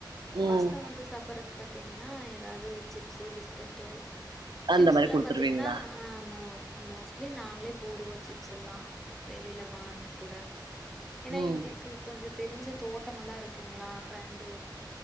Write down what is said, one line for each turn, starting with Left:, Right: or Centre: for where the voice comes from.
Right: ம்
Centre: பஸ்ல வந்து சாப்புறக்கு பாத்தீங்கன்னா ஏதாவது சிப்ஸ்சு பிஸ்கெட் ட்டு சிப்ஸ்
Right: அந்த மாரி
Centre: எல்லா
Right: குடுத்துருவீங்களா
Centre: பாத்தீங்கன்னா ஆ மு மோஸ்ட்லி நாங்களே போடுவோம் சிப்ஸ் எல்லா வெளில வாங்கி கூட ஏனா
Right: ம்
Centre: எங்குளுக்கு கொஞ்சு தெரிஞ்ச தோட்டமெல்லா இருக்குங்களா ஃப்ரெண்டு